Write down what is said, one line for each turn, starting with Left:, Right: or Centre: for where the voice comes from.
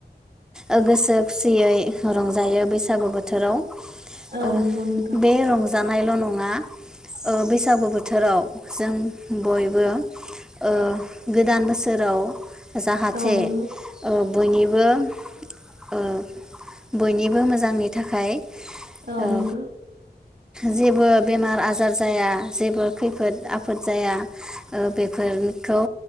Centre: ओ गोसोब खुसियै रंजायो बैस बैसागो बोथोराव
Right: औ
Centre: ओ
Right: नंगौ नोंथां
Centre: बे रंजानायल' नङा ङा ओ बैसा सागु बोथोराव जों बयबो ओ गोदान बोसोराव जाहाथे
Right: औ नंगौ
Centre: ओ बयनिबो ओ बयनिबो मोजां जांनि थाखाय
Right: औ
Centre: ओ
Right: नंगौ
Centre: जेबो बेमार आजार जाया, जेबो खैफोद आफोद जाया ओ बेफोरखौ